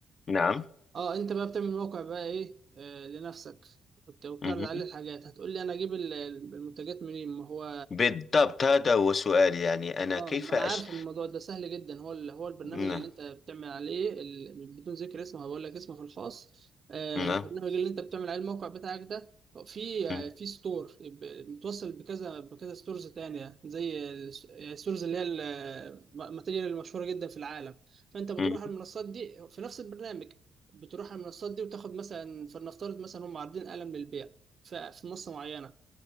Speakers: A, on the left (about 40°); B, on the right (about 45°).
A: نعم
B: اه انت بقى بتعمل موقع بقى ايه آه لنفسك وبت- وبتعرض
A: مهم.
B: عليه الحاجات هتقول لي انا اجيب ال- المنتجات منين ما هو
A: بالضبط هذا هو سؤالي يعني أنا
B: اه
A: كيف
B: ما انا
A: أش...
B: عارف الموضوع ده سهل جدا هو ال... هو البرنامج
A: نعم
B: اللي انت بتعمل عليه ال... بدون ذكر اسمه هقول لك اسمه في الخاص آه
A: نعم
B: البرنامج اللي انت بتعمل عليه الموقع بتاعك ده في آه
A: مهم.
B: في ستور ب... متوصل بكذا بكذا ستورز تانية زي الس- الستورز اللي هي ال- الماتيريال المشهورة جدا في العالم فانت بتروح
A: مهم.
B: على المنصات دي في نفس البرنامج بتروح على المنصات دي وتاخد مثلا فلنفترض مثلا هم عارضين قلم للبيع ف- في منصة معينة